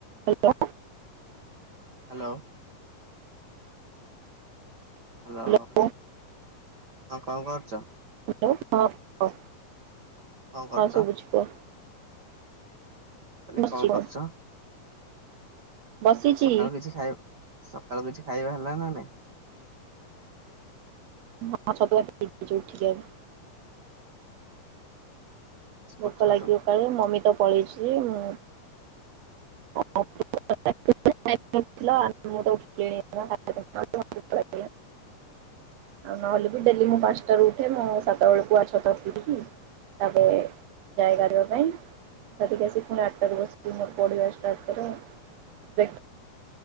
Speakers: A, on the right; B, on the right.
A: Hello.
B: Hello. Hello
A: hello
B: ହଁ କଣ କରୁଚ?
A: ହାଲୋ ହଁ କୁହ
B: କଣ କରୁଛ
A: ସବୁଚି କୁହ
B: କହିଲେ
A: ବସିଛି
B: କଣ
A: କୁହ
B: କରୁଛ?
A: ବସିଛି।
B: ସକାଳୁ କିଛି ଖାଇବା ସକାଳୁ କିଛି ଖାଇବା ହେଲା ନା ନାଇଁ
A: ହଁ ଛତୁଆ <unintelligible> ଭୋକ
B: ଉଠୁ
A: ଲାଗିବ
B: ଉଠୁ
A: କାଳେ ମମି ତ ପଳେଇଚି ମୁଁ <unintelligible> <unintelligible>
B: <inaudible>
A: ଆଉ ନହେଲେ ବି ଡେଲି ମୁଁ ପାଞ୍ଚଟ ର ଉଠେ ମୁଁ ସାତ ବେଳକୁୁଆ ଛ ତ ଆସିବି କି ତାପରେ ଜାଗାଗା ଯିବା ପାଇଁ ତା ଆସି ପୁଣି ଆଠଟା ବସି ପ ଆସ ତା ଭିତରେ <unintelligible>